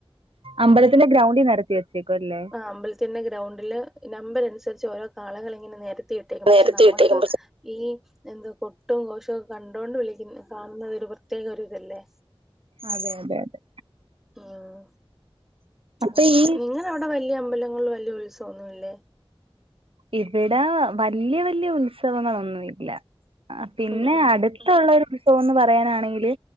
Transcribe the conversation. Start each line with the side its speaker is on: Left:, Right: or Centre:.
Right: അമ്പലത്തിന്റെ ഗ്രൗണ്ടിൽ നടത്തി വെച്ചേക്കും അല്ലേ.
Centre: അമ്പലത്തിലെ ഗ്രൗണ്ടില് നമ്പർ അനുസരിച്ച് ഓരോ കാളകളെ ഇങ്ങനെ നിരത്തി ഇട്ടേക്കും. പക്ഷെ,
Right: നേരത്തി
Centre: നമ്മുക്ക്
Right: ഇട്ടേക്കും പക്ഷെ
Centre: ഈ എന്ത് കൊട്ടും ഘോഷവും ഒക്കെ കണ്ടോണ്ട് വിളിക്കുന്ന, കാണുന്ന ഒരു പ്രത്യേക ഒരു ഇതല്ലേ
Right: അതെ അതെ അതെ
Centre: ഉം.
Right: അപ്പൊ
Centre: അങ്ങനെ,
Right: ഈ
Centre: നിങ്ങളവിടെ വലിയ അമ്പലങ്ങളും വലിയ ഉത്സവമൊന്നുമില്ലേ.
Right: ഇവിടെ വലിയ വലിയ ഉത്സവങ്ങളൊന്നുംല്ല പിന്നെ
Centre: ഉം ഉം
Right: അടുത്ത ഇഷ്ടമുള്ള ഒരു ഉത്സവം എന്ന് പറയാനാണെങ്കില്